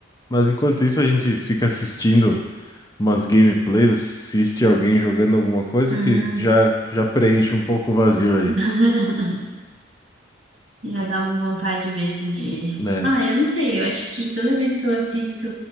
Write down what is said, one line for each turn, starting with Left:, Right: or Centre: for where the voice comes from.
Left: Mas enquanto isso, a gente fica assistindo umas gameplays, assiste alguém jogando alguma coisa
Right: Hum.
Left: que já, já preenche um pouco o vazio aí,
Right: <laughs> Já dá uma vontade mesmo de.
Left: né?
Right: Ah, eu não sei, eu acho que toda vez que eu assisto